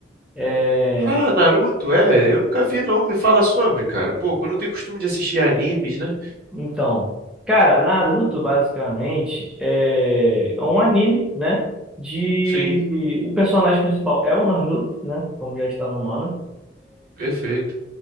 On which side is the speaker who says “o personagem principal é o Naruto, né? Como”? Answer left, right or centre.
Centre